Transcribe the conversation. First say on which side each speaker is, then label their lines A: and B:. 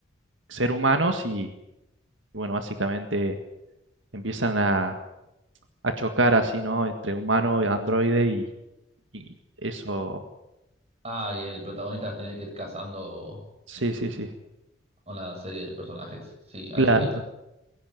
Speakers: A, on the right; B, on the right.
A: ser humanos y, bueno, básicamente empiezan a, a chocar así, ¿no? Entre humano y androide y, y eso.
B: Ah, y el protagonista las tiene que ir cazando
A: Sí, sí, sí.
B: a una serie de personajes. Sí, algo
A: Claro.
B: vi.